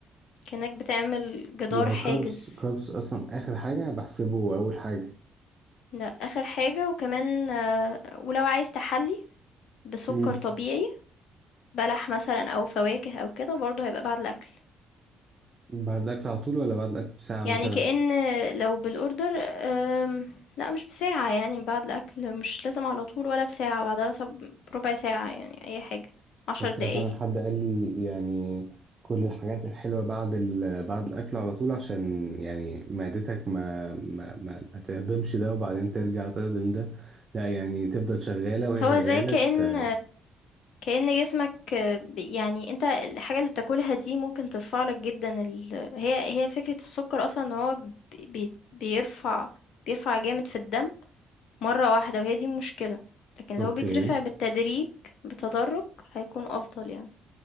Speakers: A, on the left; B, on the right.
A: كأنك بتعمل جدار
B: يا
A: حاجز،
B: كاربس كاربس اصلا اخر حاجه بحسبه اول حاجه
A: ده آخر حاجة وكمان آه، ولو عايز تحلي بسكر
B: امم
A: طبيعي بلح مثلًا أو فواكه أو كده برضه هيبقى بعد الأكل.
B: بعد الاكل على طول ولا بعد الاكل بساعه مثلا
A: يعني كأن لو بالorder آمم، لأ مش بساعة يعني بعد الأكل، مش لازم على طول ولا بساعة، بعدها مثلًا بربع ساعة يعني أي حاجة، 10
B: اوكي
A: دقايق.
B: اصلا حد قال لي يعني كل الحاجات الحلوه بعد ال... بعد الاكل على طول عشان يعني معدتك ما ما ما, ما تهضمش ده وبعدين ترجع تهضم ده لا يعني تفضل شغاله وهي
A: هو
B: شغاله
A: زي كأن
B: ت...
A: كأن جسمك ب يعني أنت الحاجة اللي بتاكلها دي ممكن ترفع لك جدًا ال هي هي فكرة السكر أصلًا إن هو ب بي بيرفع بيرفع جامد في الدم مرة واحدة، وهي دي المشكلة، لكن لو
B: اوكي
A: بيترفع بالتدريج بتدرج هيكون أفضل يعني.